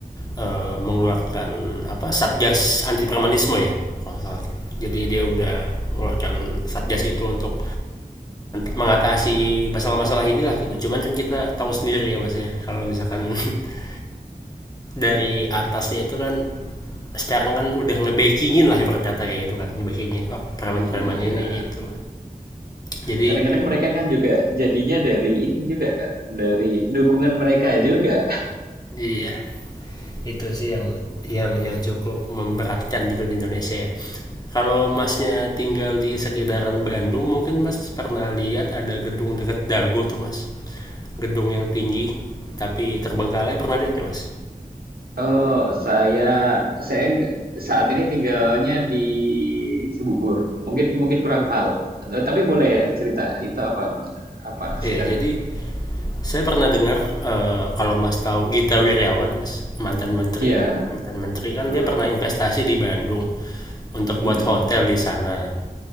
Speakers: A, on the left; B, on the right.
A: eh, mengeluarkan apa satgas anti premanisme ya. Kalau salah tuh. Jadi dia udah mengeluarkan satgas itu untuk mengatasi masalah-masalah inilah gitu. Cuman kan kita tahu sendiri ya mas ya kalau misalkan <laughs> dari atasnya itu kan sekarang kan udah ngebakingin lah ibarat kata kayak gitu kan ngebakingin oh preman-preman
B: Iya.
A: ini gitu jadi
B: Kadang-kadang mereka kan juga jadinya dari ini juga kan, dari dukungan mereka juga
A: iya itu sih yang yang yang cukup memberatkan gitu di Indonesia ya kalau masnya tinggal di sekitaran Bandung mungkin mas pernah lihat ada gedung deket Dago tuh mas gedung yang tinggi tapi terbengkalai pernah lihat nggak mas
B: Eee, saya saya nggak saat ini tinggalnya di Cibubur. Mungkin mungkin kurang tahu, eee, tapi boleh cerita itu apa Mas, apa
A: Iya
B: sejarahnya?
A: jadi Saya pernah dengar eh, kalau Mas tahu Gita Wirjawan, Mas, mantan menteri.
B: Iya,
A: Mantan menteri kan
B: heeh,
A: dia pernah investasi di Bandung untuk
B: mhm,
A: buat hotel di sana.